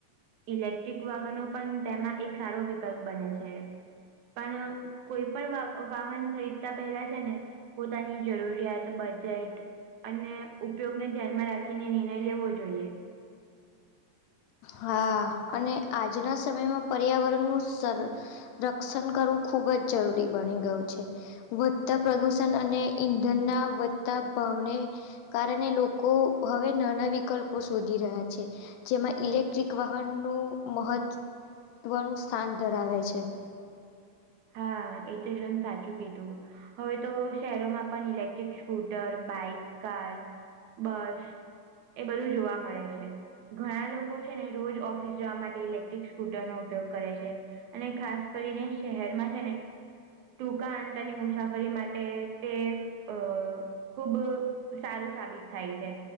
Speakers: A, on the right; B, on the left.
A: ઇલેક્ટ્રિક વાહનો પણ તેમાં એક સારો વિકલ્પ બને છે. પણ કોઈ પણ વ-વાહન ખરીદતા પહેલા છે ને પોતાની જરૂરિયાત બજેટ અને ઉપયોગને ધ્યાન માં રાખીને નિર્ણય લેવો જોઈએ.
B: હા અને આજના સમયમાં પર્યાવરણનું સર રક્ષણ કરવું ખુબ જ જરૂરી બની ગયું છે. વધતા પ્રદુષણ અને ઈંધણના વધતા ભાવને કારણે લોકો હવે નાના વિકલ્પો શોધી રહ્યા છે. જેમાં ઇલેક ટેક્ટ્રિક વાહનનું મહત્ત્વનું સ્થાન ધરાવે છે.
A: હા એ તો એકદમ સાચું કીધું હવે તો શહેરોમાં પણ electric scooter bike car bus એ બધું જોવા મળે છે ઘણા લોકો છે ને રોજ ઓફિસ જવા માટે ઇલેક્ટ્રિક સ્કૂટરનો ઉપયોગ કરે છે અને ખાસ કરીને શહેરમાં છે ને ટૂંકા અ તેની મુસાફરી માટે તે અ ખુબ સારું સાબિત થાય છે